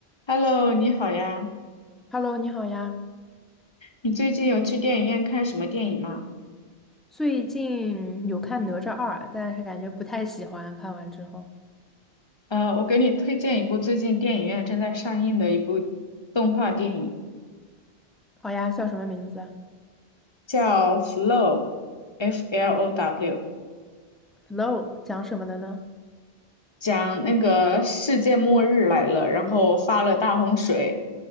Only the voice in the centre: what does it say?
Hello，你好呀。
最近有看《哪吒二》，但是感觉不太喜欢。看完之后，
好呀，叫什么名字
f l o w 讲什么的呢？